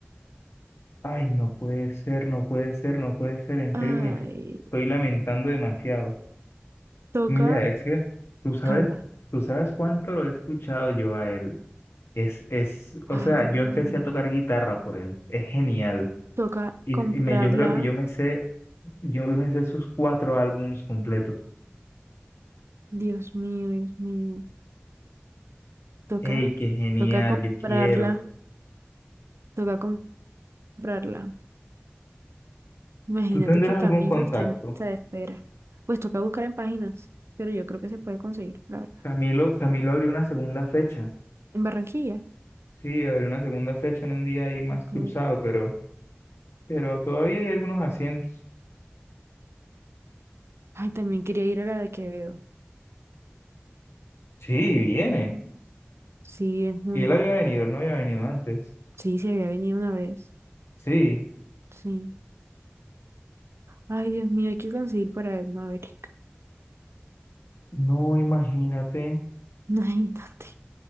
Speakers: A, on the left; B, on the right.
A: Ay, no puede ser, no puede ser, no puede ser. En
B: Ay,
A: serio me estoy lamentando demasiado.
B: toca.
A: Mira, es que tú sabes,
B: Calma.
A: tú sabes cuánto lo he escuchado yo a él. Es, es,
B: Ay,
A: o sea,
B: Dios
A: yo empecé
B: mío.
A: a tocar guitarra por él. Es genial.
B: Toca
A: Y,
B: comprarla.
A: y me, yo creo que yo me sé, yo me sé sus cuatro álbumes completos.
B: Dios mío, Dios mío. Toca,
A: ¡Ey, qué genial!
B: toca comprarla.
A: Yo quiero.
B: Toca comprarla. Imagínate
A: ¿Tú tendrás
B: que Camilo
A: algún contacto?
B: está en lista de espera. Pues toca buscar en páginas, pero yo creo que se puede conseguir, la verdad.
A: Camilo, Camilo abrió una segunda fecha.
B: En Barranquilla.
A: Sí, habrá una segunda fecha en un día ahí más
B: Ok.
A: cruzado, pero, pero todavía hay algunos asientos.
B: Ay, también quería ir a la de Quevedo.
A: Sí, viene.
B: Sí, en junio.
A: Y él había venido, él no había venido antes.
B: Sí, se había venido una vez.
A: Sí,
B: Sí. Ay, Dios mío, hay que conseguir para ver Maverick.
A: no, imagínate.
B: <laughs> Imagínate.